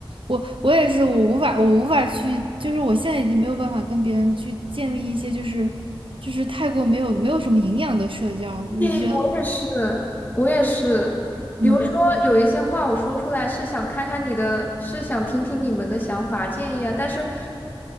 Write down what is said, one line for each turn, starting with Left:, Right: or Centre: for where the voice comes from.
Right: 我我也是，我无法我无法去，就是我现在已经没有办法跟别人去建立一些就是就是太过没有没有什么营养的社交，我就觉得。
Left: 对，我也是，我也是。
Right: 嗯。
Left: 比如说，有一些话我说出来是想看看你的，是想听听你们的想法建议啊，但是